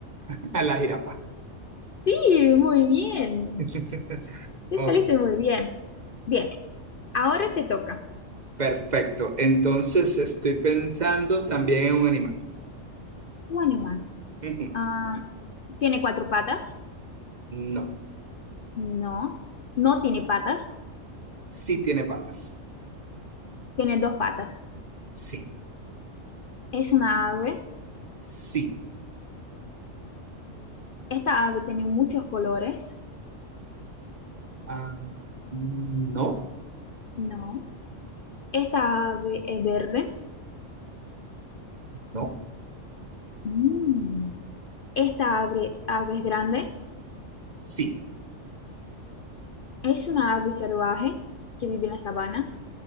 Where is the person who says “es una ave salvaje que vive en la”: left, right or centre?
Left